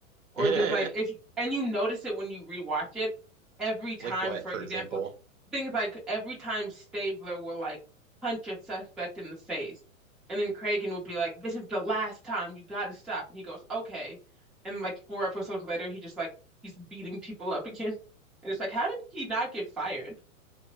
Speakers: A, in the centre; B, on the right.
A: or
B: <laughs>
A: just like if you, and you notice it when you rewatch it every time
B: Like what,
A: for
B: for
A: example
B: example?
A: things like every time Stabler will like punch a suspect in the face and then Kragan will be like this is the last time you got to stop and he goes okay and like four episodes later he just like he's beating people up again and it's like how did he not get fired